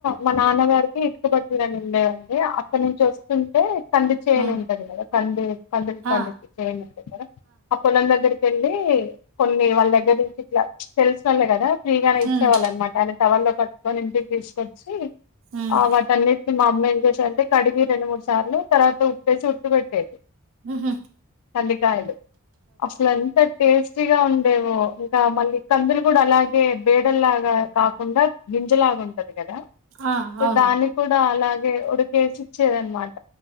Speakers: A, on the left (about 80°); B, on the right (about 60°).
A: మా నాన్నగారికి ఇటుకబట్టిరని ఉండే అండి అక్కడి నుంచి వస్తుంటే కంది చేను
B: ఆ
A: ఉంటది కదా కంది కందులు
B: ఆ
A: పండి చేయని ఉంటంది కదా ఆ పొలం దగ్గరి పిండి కొన్ని వాళ్ళ దగ్గర నుంచి ఇట్లా ప్చ్ తెల్సినోలే కదా ద ఫ్రీగానే ఇచ్చేవాల్
B: ఉమ్
A: అన్మాట ఆయన టవలో కట్టుకొని ఇంటికి తీసుకొచ్చి
B: ఉమ్
A: ఆ వాటన్నింట్ మా అమ్మా ఏం చేసేదంటే కడిగి రెండు మూడు సార్లు తర్వాత ఉప్పేసి ఉడ్కపెట్టేది.
B: హ్మ్ హ్మ్
A: కందికాయలు అట్లాంత ఫేస్ ిగా ఉండేవో ఇంకా మళ్ళీ కందులు కూడా అలాగే బేడల్లాగా కాకుండా గింజలాగా ఉంటది కదా
B: ఆ
A: సో
B: అవును
A: దాన్ని కూడా అలాగే ఒకడికేసి ఇచ్చేది అనమాట